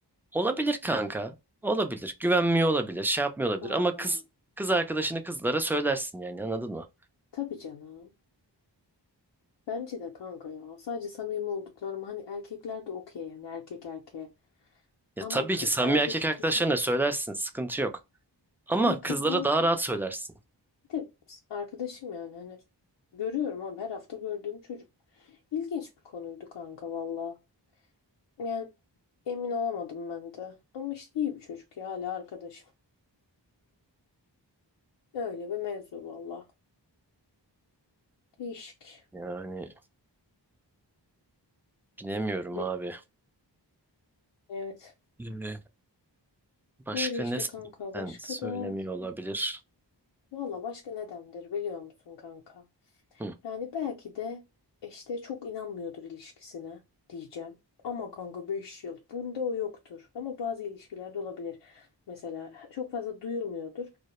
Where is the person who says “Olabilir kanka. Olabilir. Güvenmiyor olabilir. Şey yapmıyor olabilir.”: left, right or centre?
Centre